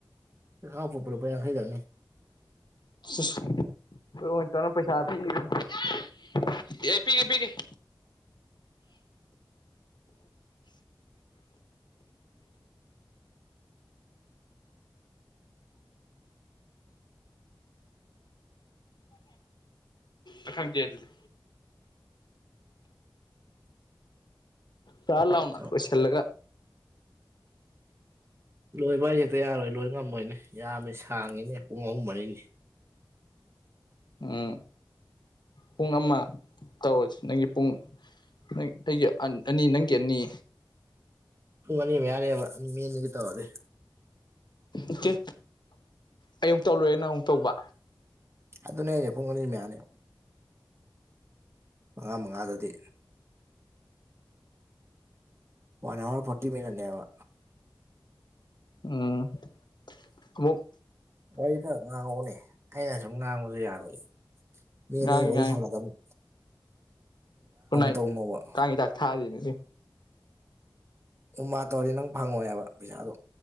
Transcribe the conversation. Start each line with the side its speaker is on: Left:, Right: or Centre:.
Right: ꯈꯣꯡꯒꯥꯎ ꯐꯣꯠꯄ ꯂꯨꯄꯥ ꯌꯥꯈꯩꯈꯛꯅꯦ
Left: <unintelligible> ꯑꯦ ꯄꯤꯒꯦ ꯄꯤꯒꯦ <unintelligible> ꯑ ꯈꯪꯗꯦ ꯑꯗꯨꯗꯤ ꯆꯥ ꯂꯥꯎꯅ
Right: ꯆꯥꯎ
Left: ꯂꯣꯢꯁꯤꯜꯂꯒ
Right: ꯂꯣꯏꯕ ꯍꯥꯢꯖꯦ ꯍꯦꯛꯇ ꯌꯥꯔꯣꯏ ꯂꯣꯏ ꯉꯝꯃꯣꯏꯅꯦ ꯌꯥꯝꯃꯦ ꯁꯥꯡꯉꯤꯅꯦ ꯄꯨꯡ ꯑꯍꯨꯝ ꯃꯔꯤꯒꯤ
Left: ꯎꯝ ꯄꯨꯡ ꯑꯃ ꯇꯧꯔꯖꯤ ꯅꯪꯒꯤ ꯄꯨꯡ ꯅꯪ ꯑꯩꯒꯤ ꯑꯅꯤ ꯅꯪꯒꯤ ꯑꯅꯤ
Right: ꯄꯨꯡ ꯑꯅꯤ ꯃꯌꯥꯅꯦꯕ ꯃꯤ ꯑꯅꯤꯒꯤ ꯇꯧꯔꯗꯤ
Left: ꯑꯣꯀꯦ ꯑꯩꯃꯨꯛ ꯇꯧ ꯂꯣꯢꯔ ꯅꯪ ꯑꯃꯨꯛ ꯇꯧꯕ
Right: ꯑꯗꯨꯅꯦ ꯍꯥꯢꯖꯦ ꯄꯨꯡ ꯑꯅꯤ ꯃꯌꯥꯅꯦ ꯃꯉꯥ ꯃꯉꯥꯗꯗꯤ ꯋꯥꯟ ꯍꯋꯥꯔ ꯐꯣꯔꯇꯤ ꯃꯤꯅꯠꯅꯦꯕ
Left: ꯎꯝ ꯈꯨꯎꯞ
Right: ꯋꯥꯔꯤ ꯈꯔ ꯉꯥꯡꯉꯧꯅꯦ ꯑꯩꯅ ꯁꯨꯝ ꯉꯥꯡꯕꯖꯨ ꯌꯥꯔꯣꯏ ꯃꯤ
Left: ꯉꯥꯡꯉꯤ
Right: ꯑꯅꯤ ꯋꯥꯔꯤ
Left: ꯉꯥꯡꯉꯤ
Right: ꯁꯥꯟꯅꯗꯝꯅꯤ
Left: ꯒꯨꯠ ꯅꯥꯏꯠ
Right: ꯇꯧꯅꯣꯕ
Left: ꯀꯥꯡ ꯍꯤꯗꯥꯛ ꯊꯥꯔꯤꯅꯦ
Right: ꯎꯝ ꯃꯥ ꯇꯧꯔꯗꯤ ꯅꯪ ꯐꯪꯉꯣꯏ ꯍꯥꯢꯕ ꯄꯩꯁꯥꯗꯣ